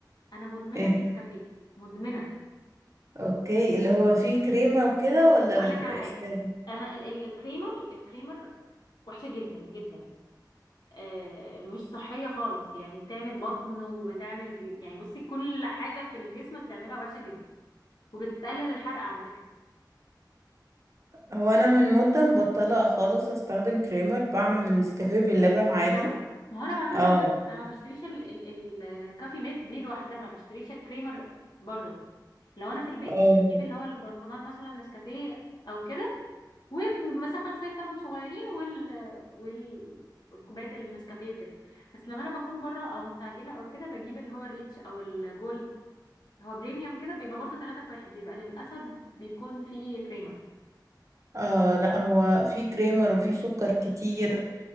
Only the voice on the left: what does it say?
انا مدمنه
نسكافيه مدمنه
بصي
هقول لك على حاجه
انا ال- الكريمر الكريمر وحشه جدا جدا آه، مش صحية خالص يعني بتعمل بطن وبتعمل ج... يعني بصي كل حاجة في الجسم بتعملها وحشة جدا وبتقلل الحرق على فكرة
اللبن ما هو انا بعمله
باللبن انا ما بشتريش ال... ال... الكافي ميت دي لوحدها ما بشتريش الكريمر بره لو انا في البيت
بجيب اللي هو البرطمان مثلا نسكافيه او كده وبسخن شوية لبن صغيرين وال وال والكوباية النسكافيه وكده بس لما انا بكون بره او مستعجله او كده بجيب اللي هو الريتش او الجولد هو بريميوم كده بيبقى برضه 3 في 1 بيبقى للاسف بيكون فيه كريمر